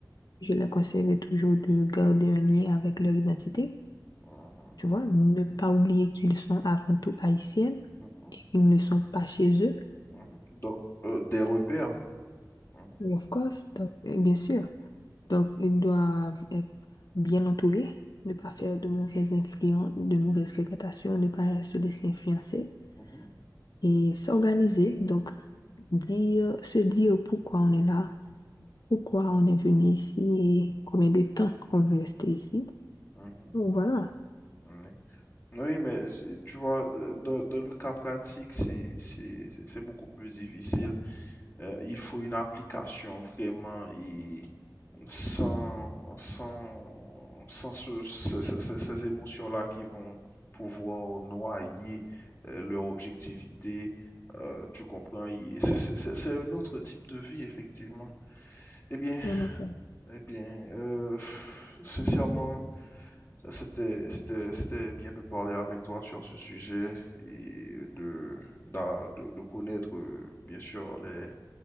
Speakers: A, on the left; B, on the left.
A: je les conseillerais toujours de garder un lien avec leur identité.
B: Mhm,
A: Tu vois, ne
B: mhm,
A: pas oublier qu'ils sont avant tout haïtiennes
B: mhm,
A: et qu'ils ne sont pas chez eux.
B: mhm. Donc, euh, des repères. Mhm,
A: Of course, donc, euh, bien sûr. Donc, ils doivent être bien entourés, ne pas faire de mauvaises influences, de mauvaises fréquentations, ne pas se laisser influencer
B: mhm,
A: et s'organiser. Donc, dire, se dire pourquoi on est là, pourquoi on est venu ici et combien de temps qu'on veut rester ici.
B: mhm,
A: Donc, voilà.
B: oui. Oui, mais j- tu vois, euh, dans, dans le cas pratique, c'est, c'est, c'est c'est beaucoup plus difficile. Euh, il faut une application vraiment et, sans, sans, sans ce- ce- ce- ce- ces émotions-là qui vont pouvoir noyer euh, leur objectivité. euh, tu comprends, il- c'est c'est- c'est- c'est un autre type de vie, effectivement. Eh bien,
A: Bien au fond.
B: eh bien, euh, sincèrement, c'était, c'était, c'était bien de parler avec toi sur ce sujet et de, d'a- de, de connaître, euh, bien sûr, les,